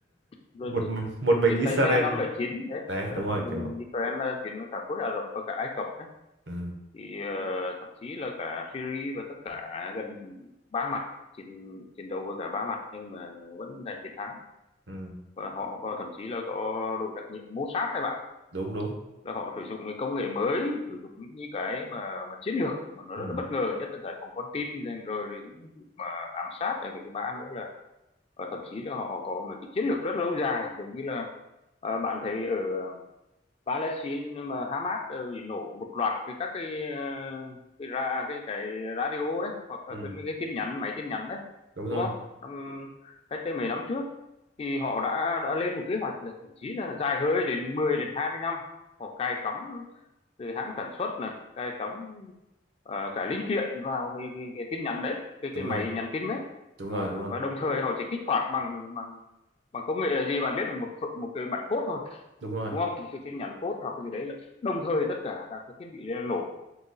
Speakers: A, on the left; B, on the right.
A: rồi
B: một
A: chiến,
B: một mình
A: chiến
B: Israel
A: tranh à, năm bảy chín đấy
B: đấy
A: ờ,
B: đúng rồi
A: bên
B: kiểu
A: Israel là chiến với cả khối Ả Rập và cả Ai Cập đấy
B: ừ
A: thì ờ, thậm chí là cả Syria và tất cả gần ba mặt chiến chiến đấu với cả ba mặt nhưng mà vẫn giành chiến thắng
B: ừ
A: và họ có thậm chí là có đội đặc nhiệm Mossad các bạn
B: đúng đúng
A: là họ sử dụng cái công nghệ mới sử dụng những cái mà mà chiến lược mà nó
B: ừ
A: rất là bất ngờ nhất là giải phóng con tin rồi những cái vụ mà ám sát này cái mã nữa là ờ, thậm chí là họ có một cái chiến lược rất lâu dài giống như là ờ, bạn thấy ở Palestine mà Hamas ờ, bị nổ một loạt cái các cái ờ, cái ra à, cái cái radio đấy hoặc là
B: ừ
A: cái, cái tin nhắn máy tin nhắn đấy
B: đúng rồi
A: đúng không năm cách đây mấy năm trước thì họ đã đã lên một kế hoạch là thậm chí là dài hơi đến mười đến hai mươi năm họ cài cắm từ hãng sản xuất này cài cắm ờ, cả linh kiện vào cái, cái, cái tin nhắn đấy cái
B: đúng
A: cái máy
B: rồi
A: nhắn tin đấy
B: đúng
A: và
B: rồi đúng rồi
A: và đồng thời họ chỉ kích hoạt bằng bằng bằng công nghệ là gì bạn biết là một ph- một cái bản code thôi
B: đúng rồi
A: đúng không một cái tin nhắn code hoặc cái gì đấy là đồng thời tất cả các cái thiết bị đấy là nổ